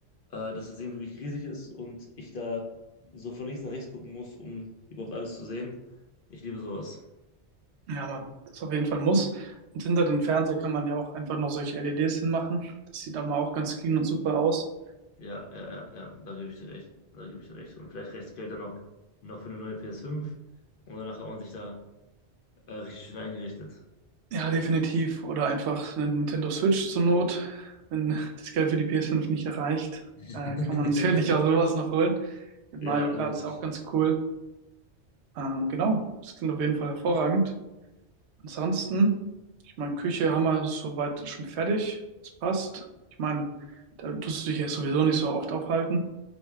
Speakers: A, on the left (about 60°); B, on the right (about 75°).
A: äh, dass das Ding wirklich riesig ist und ich da so von links nach rechts gucken muss, um überhaupt alles zu sehen. Ich liebe sowas.
B: Ja, Mann, das ist auf jeden Fall ein Muss. Und hinter den Fernseher kann man ja auch einfach noch solche LEDs hinmachen. Das sieht dann mal auch ganz clean und super aus.
A: Ja, ja, ja, ja, da gebe ich dir recht. Da gebe ich dir recht. Und vielleicht reicht das Geld dann noch, noch für eine neue ps fünf und danach hat man sich da äh, richtig schön eingerichtet.
B: Ja, definitiv. Oder einfach eine Nintendo Switch zur Not. Wenn das Geld für die ps fünf nicht erreicht,
A: <laughs>
B: äh, kann man <laughs> sicherlich auch sowas noch holen. Mit
A: Ja,
B: Mario Kart
A: logisch.
B: ist auch ganz cool. Ähm, genau, das klingt auf jeden Fall hervorragend. Ansonsten, ich meine, Küche haben wir soweit schon fertig. Das passt. Ich meine, da tust du dich ja sowieso nicht so oft aufhalten.